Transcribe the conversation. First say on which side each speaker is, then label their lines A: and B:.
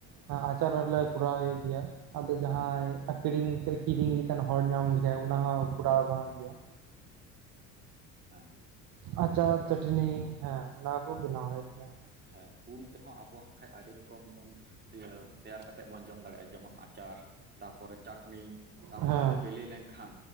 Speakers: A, on the right; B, on the right.
A: ᱦᱟᱸ ᱟᱪᱟᱨ ᱦᱚᱞᱮ ᱠᱚᱨᱟᱣ-ᱮᱜ ᱜᱮᱭᱟ ᱟᱫᱚ ᱡᱟᱦᱟᱸᱭ ᱟᱠᱷᱨᱤᱧ ᱥᱮ ᱠᱤᱨᱤᱧ ᱞᱮᱠᱟᱱ ᱦᱚᱲ ᱧᱟᱢ ᱞᱮᱠᱷᱟᱡ ᱚᱱᱟ ᱦᱚᱸ ᱠᱚᱨᱟᱣ ᱜᱟᱱᱚᱜ ᱜᱮᱭᱟ᱾
B: ᱦᱮᱸ
A: ᱟᱪᱟᱨ,
B: ᱱᱚᱝᱠᱟ
A: ᱪᱟᱹᱴᱱᱤ ᱦᱮᱸ ᱚᱱᱟ ᱠᱚ ᱵᱮᱱᱟᱣ ᱦᱩᱭᱩᱜ ᱜᱮᱭᱟ᱾
B: ᱦᱮᱸ ᱩᱞ ᱛᱮᱦᱚᱸ ᱟᱵᱚ ᱦᱟᱸᱜ ᱠᱷᱟᱡ ᱟᱹᱰᱤ ᱨᱚᱠᱚᱢ ᱵᱚᱱ ᱤᱭᱟᱹ ᱛᱮᱭᱟᱨ ᱠᱟᱛᱮᱫ ᱵᱚᱱ ᱡᱚᱢ ᱫᱟᱲᱮᱭᱟᱜᱼᱟ ᱡᱮᱢᱚᱱ ᱟᱪᱟᱨ ᱛᱟᱨᱯᱚᱨᱮ ᱪᱟᱴᱱᱤ ᱛᱟᱨᱯᱚᱨᱮ
A: ᱦᱮᱸ
B: ᱱᱚᱜᱼᱚᱭ ᱵᱮᱞᱮ ᱞᱮᱱᱠᱷᱟᱱ